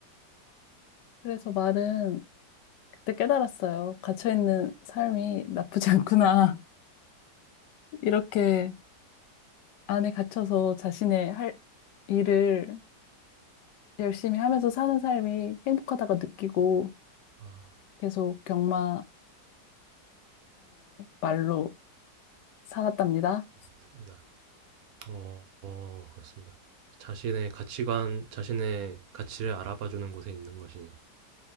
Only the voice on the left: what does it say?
그래서 말은 그때 깨달았어요. 갇혀있는 삶이 나쁘지 않구나. <laughs> 이렇게 안에 갇혀서 자신의 할 일을 열심히 하면서 사는 삶이 행복하다고 느끼고
계속 경마장의 말로 살았답니다.